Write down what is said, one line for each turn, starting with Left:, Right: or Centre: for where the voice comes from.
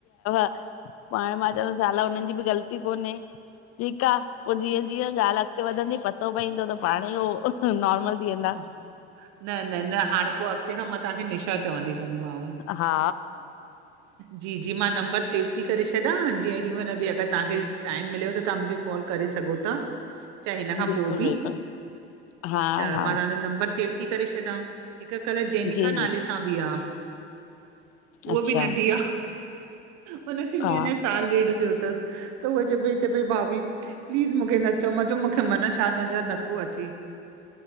Left: <unintelligible> पाण मां चवंद साला हुनन जी बि ग़लती कोन्हे ठीक आ पो जीअं जीअं ॻाल्हि अॻते वधंदी पतो पईंदो त पाण ई उ नॉर्मल थी वेंदा।
Right: हा, न न न हाणे पो अॻते खां मां तव्हांखे निशा चवंदी दी माव
Left: हा
Right: जी जी मां नंबर सेव थी करे छॾां जें जेॾी महिल बि अगर तव्हांखे टाइम मिले त तव्हां मूंखे कॉल करे सघो था। चाहे हिन खां
Left: बिल्कुल
Right: पो बि
Left: बिल्कुल हा।
Right: त
Left: हा
Right: मां तव्हांजो नंबर सेव थी करे छॾा हिक कल्ह जेनिका
Left: जी
Right: नाले
Left: जी
Right: सां बि आ। उहा
Left: अच्छा
Right: बि नंढी आ हुनखे
Left: हा
Right: बि अञा साल ॾेढ थियो तस। त उह च पे चए पेई भाभी प्लीज़ मूंखे न चओ मां चयो मूंखे मन छा नज़र नथो अचे।